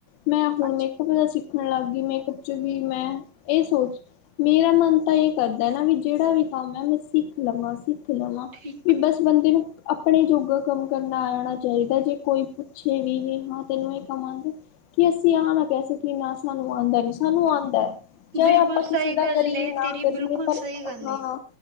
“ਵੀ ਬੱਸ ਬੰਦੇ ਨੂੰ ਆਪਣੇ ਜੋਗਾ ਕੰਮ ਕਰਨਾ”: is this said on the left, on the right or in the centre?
Left